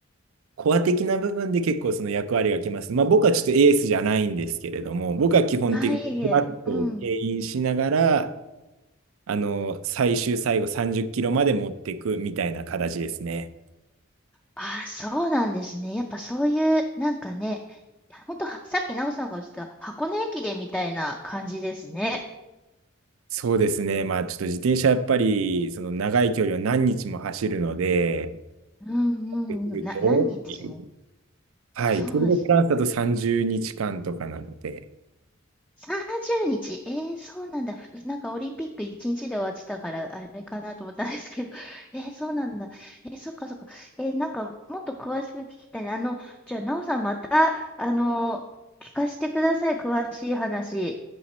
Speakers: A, on the right (about 80°); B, in the centre.
A: コア的な部分で結構その役割がきます。まあ僕はちょっとエースじゃないんですけれども、僕は基本的にフラットを牽引しながら、
B: はい、えいえうん
A: あの、最終最後30キロまで持っていくみたいな形ですね。
B: あ、そうなんですね。やっぱそういう、なんかね、ほんとは、さっき奈緒さんがおっしゃった箱根駅伝みたいな感じですね。
A: そうですね。まあちょっと自転車やっぱりその長い距離を何日も走るので、っ
B: うんうんうん。
A: てくるとっていう
B: な、何日も。
A: はい。
B: そうですね。
A: ツール・ド・フランスだと30日間とかなので、
B: 30日。えー、そうなんだ。ふなんかオリンピック1日で終わってたから、あれかなと思ったんですけど。<laughs> えー、そうなんだ。えー、そっかそっか。えー、なんかもっと詳しく聞きたいな。あの、じゃあ、なおさんまた、あの、聞かせてください。詳しい話。